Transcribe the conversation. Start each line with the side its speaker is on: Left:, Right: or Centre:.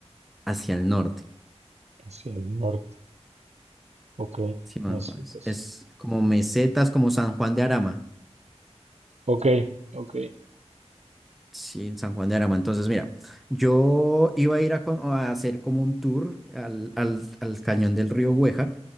Centre: hacia el norte.
Right: hacia el norte, ok,
Centre: Sí, más
Right: mesetas,
Centre: o menos. Es como Mesetas, como San Juan de Arama.
Right: ok, ok,
Centre: Sí, en San Juan de Arama. Entonces, mira, yo iba a ir a, con- a hacer como un tour al, al- al cañón del río Güejar.